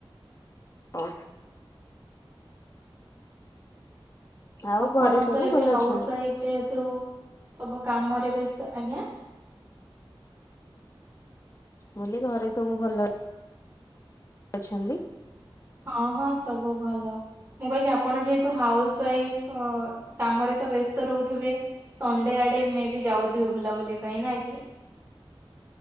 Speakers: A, on the left (about 35°); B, on the right (about 25°).
A: ହଁ ଆଉ
B: ଆପଣ
A: ଘରେ ସବୁ
B: ତ ଏବେ
A: ଭଲ
B: ହାଉସ୍
A: ଅଛନ୍ତି
B: ୱାଇଫ ଯେହେତୁ ସବୁ କାମରେ ବ୍ୟସ୍ତ ଆଜ୍ଞା
A: ବୁଲି ଘରେ ସବୁ ଭଲ। ଅଛନ୍ତି?
B: ହଁ ହଁ ସବୁ ଭଲ। ମୁଁ କହିଲି ଆପଣ ଯେହେତୁ ହାଉସ୍ ୱାଇଫ୍ ଅ କାମରେ ତ ବ୍ୟସ୍ତ ରହୁଥିବେ? ସଣ୍ଡେ ଆଡେ ମେବି ଯାଉଥିବେ ବୁଲାବୁଲି ପାଇଁ ନା କି?